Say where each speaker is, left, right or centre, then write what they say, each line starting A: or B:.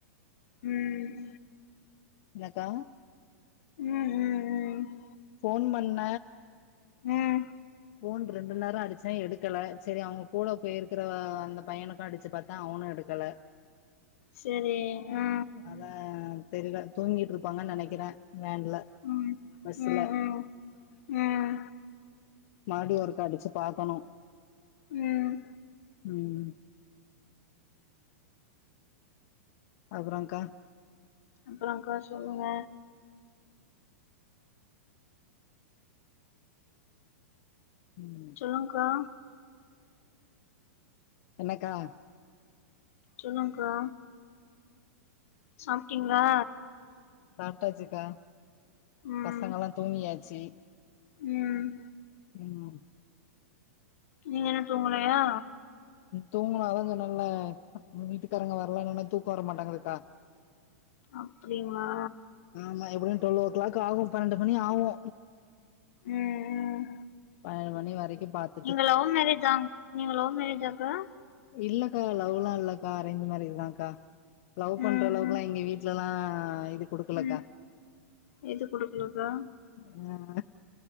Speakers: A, on the left; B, on the left.
A: ம்
B: என்னக்கா
A: ம் ம் ம்
B: போன் பண்ண
A: ம்
B: போன் ரெண்டு நேரோ அடிச்சே எடுக்கலை சரி அவங்க கூட போயிருக்கிற அந்த பையனுக்கு அடிச்சு பார்த்த அவனு எடுக்கல
A: சரி ஆ
B: அதா தெரியல தூங்கிட்டு இருப்பாங்கன்னு நெனைக்கிறே வேன்ல
A: ம்
B: பஸ்ல
A: ம் ம் ம்
B: மறுபடி ஒருக்கா அடிச்சு பா்கக்கணு
A: ம்
B: ம் அப்றங்க்கா
A: அப்பறங்க்கா சொல்லுங்க
B: ம்
A: சொல்லுங்க்கா
B: என்னக்கா
A: சொல்லுங்க்கா சாப்பிட்டீங்களா
B: சாப்பிட்டாச்சுக்கா
A: ம்
B: பசங்கல்லா தூங்கியாச்சு
A: ம்
B: ம்
A: நீங்க என்ன தூங்கலையா
B: தூங்கணு அதா சொன்னல்ல வீட்டுக்காரங்க வரலன்ன உன்னே தூக்கோ வர மாட்டங்குதுக்கா
A: அப்டிங்ளா
B: ஆமா எப்படியு டுவெல்வ் ஓ கிளாக் ஆகு பன்னெண்டு மணி ஆகு
A: ம் ம்
B: ஏழு மணி வரைக்கு பாத்
A: நீங்க லவ் மேரேஜா நீங்க லவ் மேரேஜாக்கா
B: இல்லக்கா லவ்லா இல்லக்கா அரேஞ்சு மேரேஜ் தாங்க்கா லவ் பண்ற
A: ம்
B: அளவுக்குலா
A: ம்
B: எங்க வீட்ல ல்லா இது குடுக்கலக்கா
A: ம் எது குடுக்கலக்கா
B: ஆ